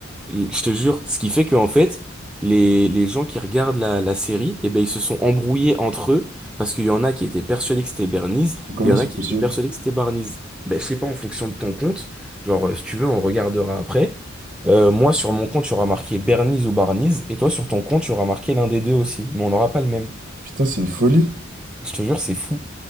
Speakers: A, in the centre; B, on the right.
A: Je te jure, ce qui fait qu'en fait, les, les gens qui regardent la, la série, eh ben, ils se sont embrouillés entre eux parce qu'il y en a qui étaient persuadés que c'était Bernice
B: Comment
A: et il y en
B: c'est
A: a qui
B: possible?
A: étaient persuadés que c'était Barniz. Ben, je sais pas, en fonction de ton compte, genre, euh, si tu veux, on regardera après. Euh, moi, sur mon compte, tu auras marqué Bernice ou Barniz et toi, sur ton compte, tu auras marqué l'un des deux aussi. Mais on n'aura pas le même.
B: Putain, c'est une folie.
A: Je te jure, c'est fou.